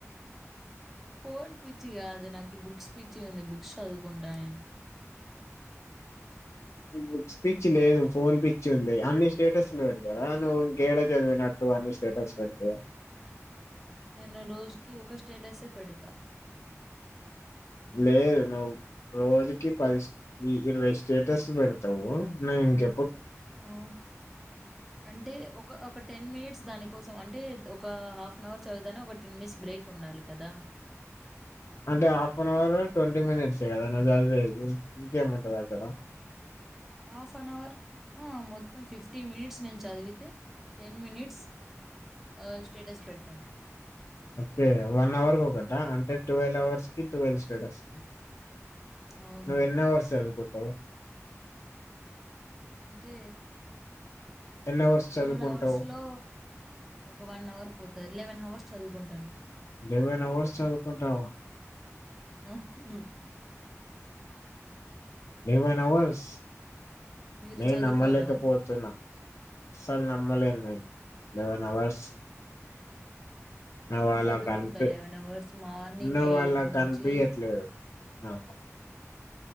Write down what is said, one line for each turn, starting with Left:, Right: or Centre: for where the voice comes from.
Centre: ఫోన్ పిచ్చి కాదు, నాకి బుక్స్ పిచ్చి ఉంది. బుక్స్ చదువుకుంటా నేన్.
Left: నీక్ బుక్స్ పిచ్చి లేదు, ఫోన్ పిచ్చి ఉంది. అన్ని స్టేటస్లు పెడతారా, నువ్వు ఇంకేడ చదివినట్టు? నువ్వన్నీ స్టేటస్ పెడితే
Centre: నేను రోజుకి ఒక స్టేటసే పెడతా.
Left: లేదు నువ్వు రోజుకి పది స్ ఇరవై స్టేటస్లు పెడతవు. నువ్ ఇంక
Centre: ఆ అంటే ఒక ఒకట్ టెన్ మినిట్స్ దానికోసం, అంటే ఒక హాఫ్ అన్ అవర్ చదువుతానే ఒక టెన్ మినిట్స్ బ్రేక్ ఉండాలి కదా.
Left: అంటే హాఫ్ అన్ అవర్ ట్వంటీ మినిట్సే కదా నువ్ చదివేది, ఇంకేముంటది అక్కడ
Centre: హాఫ్ అన్ అవర్, ఆ మొత్తం ఫిఫ్టీ మినిట్స్ నేను చదివితే టెన్ మినిట్స్ ఆ స్టేటస్ పెడతాన్.
Left: ఒకే వన్ అవర్ కొకటా, అంటే టువెల్వ్ అవర్స్ కి టువెల్ స్టేటస్.
Centre: అవును
Left: నువ్వ ఎన్ని అవర్స్ చదువుకుంటవ్?
Centre: అంటే
Left: ఎన్ని అవర్స్
Centre: టువల్
Left: చదువుకుంటావు
Centre: హవర్స్ లో ఒక వన్ అవర్ పోతది, లెవెన్ అవర్స్ చదువుకుంటాను.
Left: లెవెన్ అవర్స్ చదువుకుంటావా?
Centre: అవును
Left: లెవెన్ అవర్స్
Centre: మీరు
Left: నేన్
Centre: చదువుకోరా?
Left: నమ్మలేకపోతున్నా, అస్సలు నమ్మలేన్ నేన్. లవెన్ అవర్స్ నవాలా
Centre: నేను చదువుకుంటా
Left: కన్పి,
Centre: లెవెన్ అవర్స్ మార్నింగ్
Left: నువ్
Centre: ఎయిట్
Left: అలా
Centre: నుంచి
Left: కనిపియట్లేద్. ఆ ప్